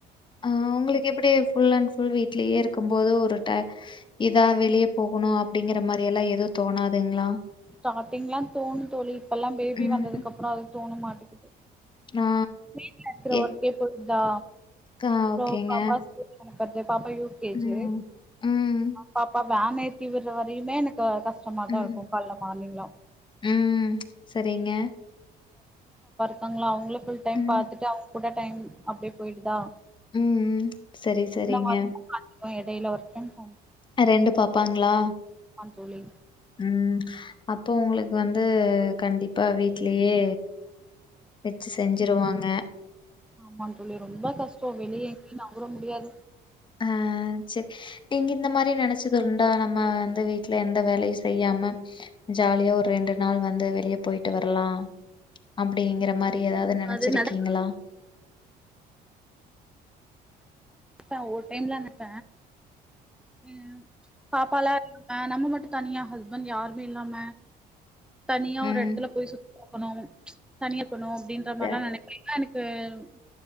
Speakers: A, on the left; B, in the centre.
A: ஆ உங்களுக்கு எப்படி புள்ளன் அண்ட் ஃபுல் வீட்லயே இருக்கும் போது ஒரு டயம் ஏதாவது வெளியே போகணும் அப்படிங்கற மாரி எல்லாம் எதுவும் தோணாதுங்களா
B: ஸ்டாடிங்ல எல்லாம் தோனும் தோழி இப்ப எல்லாம் பேபி
A: ம்ஹ்ம்.
B: வந்ததுக்கு அப்புறம் அது தோன மாட்டேங்கிது
A: ஆ
B: வீட்டுல இருக்கிற
A: ஏ
B: ஒர்க்கே போய தா
A: கா ஓகேங்க
B: சோ பாப்பா ஸ்கூல்கு அனுப்புறது பாப்பா யூகேஜி
A: ம் ம்
B: பாப்பா வேன் ஏத்தி விட்ற வரையுமே க கஷ்டமா
A: ம்
B: தா இருக்கு கால்ல மார்னிங்லா
A: ம் சரிங்க
B: காங்கள அவுங்களு ஃபுல் டைம்
A: ம்
B: பாத்துட்டு அவு கூட டைம் அப்டியே போய்டுதா
A: ம் ம் சரி சரிங்க
B: ஒர்க் எடையில <unintelligible>
A: ரெண்டு பாப்பாங்களா
B: ஆம் தோழி
A: ம் அப்போ உங்களுக்கு வந்து கண்டிப் அப்ப வீட்லயே வெச்சி செஞ்சிருவாங்க
B: ஆமாங் தோழி ரொம்ப கஷ்டொ வெளிய எங்கயு நவ்ர முடியாது
A: ஆ சரி நீங்க இந்த மாரி நெனச்சதுண்டா நம்ம வந்து வீட்ல எந்த வேலையு செய்யாம ஜாலியா ஒரு ரெண்டு நாள் வந்து வெளிய போயிட்டு வர்லா அப்டிங்கிற மா ஏதாவ்து நெனச்சிருக்கீங்களா
B: அது நடக்க <inaudible> ஒரு டைம்ல நெனப்ப ம் பாப்பாலா ஆ நம்ம மட்டு தனியா ஹஸ்பண்ட் யாருமே இல்லாம தனியா
A: ம்
B: ஒரு எடத்துல போய் சுத் போகணு தனியா போகணு அப்டின்ற
A: ச
B: மாரில்லா நெனப்ப ஏனா எனக் <unintelligible>